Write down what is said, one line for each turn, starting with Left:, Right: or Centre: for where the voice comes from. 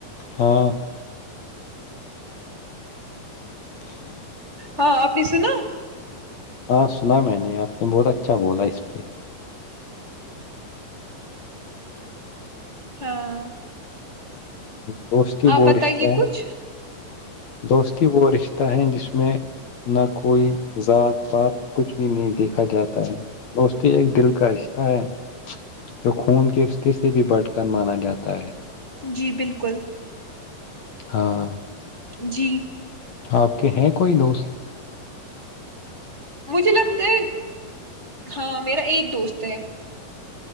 Left: ہاں <inaudible>
Right: ہاں آپنی سنا
Left: ہاں سنا میں نے آپ نے بہت اچھا بولا اس پہ
Right: ہاں
Left: دوست ہی
Right: آپ
Left: ب
Right: بتائیے
Left: رشتہ ہے
Right: کچھ
Left: دوستی وہ رشتہ ہیں جس میں نہ کوئی ذات پات کچھ بھی نہیں دیکھا جاتا ہے دوستی ایک دل کا رشتہ ہے جو خون کے رشتے سے بھی بٹھ کر مانا جاتا ہے
Right: جی بالکل
Left: ہاں
Right: جی
Left: آپ کے ہیں کوئی دوست
Right: مجھے لگتا ہے ہاں میرا ایک دوست ہے